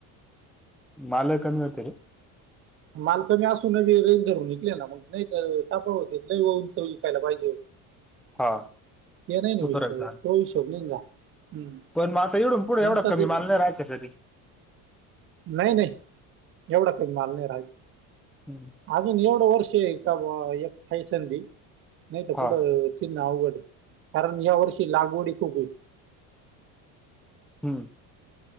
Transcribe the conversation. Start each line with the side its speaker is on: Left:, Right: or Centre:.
Centre: मालही लई कमी होते रे.
Right: माल कमी असूनी रेज धरून विकले ना मग. नाही तर ताप होत लई उंच विकायला पाहिजे.
Centre: हा
Right: ते नाही नाही
Centre: तो फरक
Right: विकत
Centre: झाला
Right: तो हिशोब नाही ना. झाला
Centre: पण आता इडून पुढे
Right: तुमचा
Centre: एवढा कमी
Right: ते
Centre: माल नाही राहिचा कधी?
Right: नाही नाही एवढा काही माल नाही राहिचा.
Centre: हम्म.
Right: अजून एवढं वर्ष का एक हाय संधी नाही तर
Centre: हा
Right: पुढं फिरणं अवघड कारण या वर्षी लागवडी खूप होईल.
Centre: हम्म.